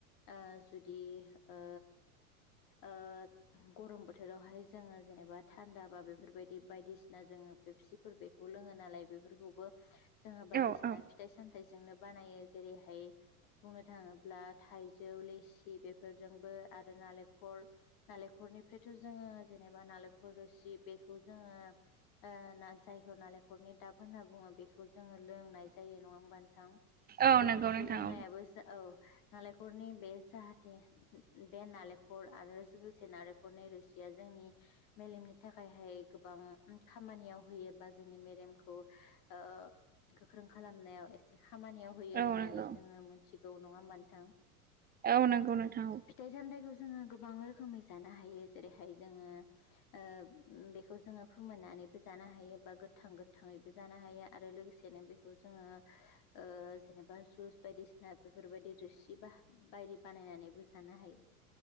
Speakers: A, on the left; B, on the right.
A: ओ जुदि ओ ओ गरम बोथोरावहाय जोङो जेनेबा थान्दा बा बेफोरबायदि बायदिसिना जोङो बेपसिफोर बेखौ लोङो नालाय बेफोरखौबो जोङो बायदिसिना
B: औ औ
A: फिथाइ सामथाइजोंनो बानायो जेरैहाय बुंनो थाङोब्ला थाइजौ लिसि बेफोरजोंबो आरो नालेंखर नालेंखरनिफ्रायथ जोङो जे जेनबा नालेंखर रोसि बेखौ जोङो ओ ना जायखौ नालेंखलनि दाब होनना बुङो बेखौ जोङो लोंनाय जायो नङा होमबा नोंथां
B: औ
A: बेफोरखौ
B: नंगौ नोंथां
A: लोंनायाबो
B: औ
A: औ नालेंखरनि बे जाहाथे बे नालेंखर आरो लोगोसे नालेंखरनि रोसिया जोंनि मेलेमनि थाखायहाय गोबां खामानियाव होयो बा जोंनि मेलेमखौ ओ गोख्रों खालामनायाव एसे खामानियाव होयो
B: औ
A: होननानै
B: नंगौ
A: जोङो मोनथिगौ नङा होनबा नोंथां?
B: औ नंगौ नोंथां औ
A: फिथाइ सामथाइखौ गोबां रोखोमै जानो हायो जेरैहाय जोङो ओ बेखौ जोङो फोनमोन्नानै नैबो जानो हायो बा गोथां- गोथांयैबो हायो आरो लोगोसेनो बेखौ जोङो ओ जेनबा जुज बायदिसिना बेफोरबायदि रोसि ब बायदि बानायनानैबो जानो हायो